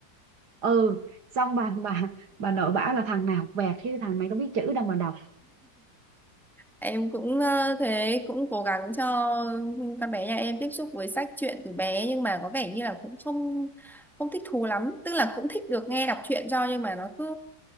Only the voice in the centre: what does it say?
Em cũng ờ, thế cũng cố gắng cho con bé nhà em tiếp xúc với sách truyện từ bé nhưng mà có vẻ như là cũng không không thích thú lắm, tức là cũng thích được nghe đọc truyện cho nhưng mà nó cứ